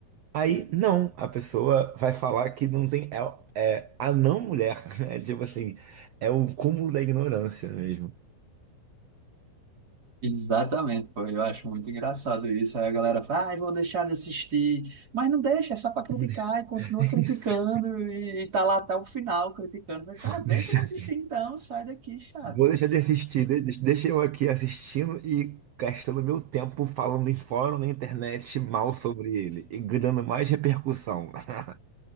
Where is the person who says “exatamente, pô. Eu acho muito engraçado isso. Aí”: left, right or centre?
Right